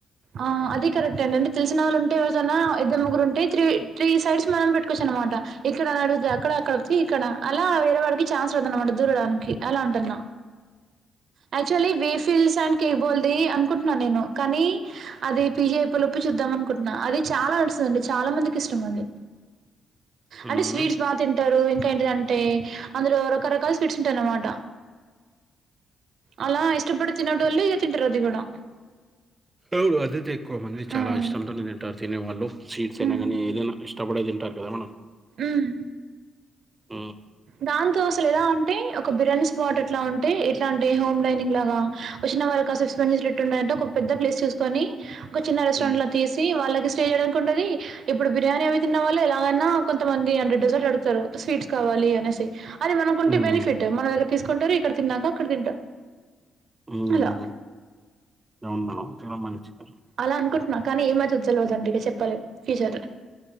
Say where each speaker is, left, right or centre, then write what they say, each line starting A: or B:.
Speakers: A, on the right (about 65°); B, on the right (about 20°).
A: ఆ అది కరెక్ట్ అండి అంటే తెలిసిన వాళ్ళుంటే <unintelligible> ఏదైనా ఇద్దరు ముగ్గురుంటే త్రీ త్రీ సైడ్స్ మనం పెట్టుకోవచ్చు అనమాట ఇక్కడ అడిగితే అక్కడ అక్కడతే ఇక్కడ అలా వేరే వాడికి ఛాన్స్ రాదన్న మాట దూరడానికి అలా అంటున్నా యాక్చువల్లీ వేఫిల్స్ అండ్ కేక్ బాల్ది అనుకుంటున్నాను నేను కానీ అది పిజి అయిపోయే లొప్ చూద్దాం అనుకుంటున్నా అది చాలా నడుస్తుందండి చాలా మందికి ఇష్టం అండి
B: మ్మ్.
A: అంటే స్వీట్స్ బాగా తింటారు ఇంకా ఏంటిదంటే అందులో రకరకాల స్వీట్స్ ఉంటాయి అన్నమాట అలా ఇష్టపడి తిన్నోటులు ఇగ తింటారు అది కూడా
B: అవును అదైతే ఎక్కువ మంది చాలా
A: హ్మ్
B: ఇష్టంతోనే తింటారు తినే వాళ్ళు సీట్స్ అయినా
A: హ్మ్
B: కాగానీ ఏదైనా ఇష్టపడే తింటారు కదా మేడం
A: ఉమ్
B: మ్మ్.
A: దాంతో అసలు ఎలా అంటే ఒక బిర్యానీ స్పాట్ ఎట్లా ఉంటే ఎట్లా అంటే హోమ్ డైనింగ్ లాగా వచ్చినవాళ్లు కాసేపు స్పెండ్ చేసేటట్టు ఉండేట్టు ఒక పెద్ద ప్లేస్ చూసుకొని ఒక రెస్టారెంట్
B: మ్మ్.
A: లాగా తీసి వాళ్ళకి స్టే చేయడానికి ఉంటది ఇప్పుడు బిర్యానీ అవి తిన్న వాళ్లు ఎలాగైనా కొంతమంది హండ్రెడ్ పర్సెంట్ డెజర్ట్ అడుగుతారు స్వీట్స్ కావాలి అనేసి అది మనకుంటే
B: మ్మ్.
A: బెనిఫిట్ మన దగ్గర తీసుకుంటారు ఇక్కడ తిన్నాక అక్కడ తింటారు
B: ఉమ్
A: అలా
B: ఏముంది మేడం తిన్నాం కానీ చెప్పండి
A: అలా అనుకుంటున్నా కానీ ఏమైతుందో తెలవదు అంటే చెప్పలే ఫ్యూచర్ లో